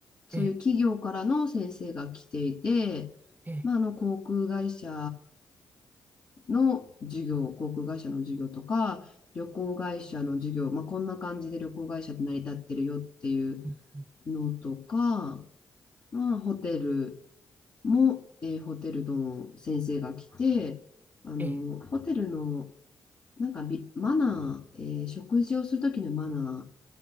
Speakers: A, on the left (about 50°); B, on the right (about 20°).
A: そういう企業からの先生が来ていて、
B: ええ、ええ、
A: まあ、あの航空会社の授業、航空会社の授業とか、旅行会社の授業、まあ、こんな感じで旅行会社って成り立ってるよっていう
B: うんうん
A: のとか、まあ、ホテルも、えーホテルの先生が来て、あのホテルの
B: ええ、
A: なんかビマナー、えー食事をするときのマナ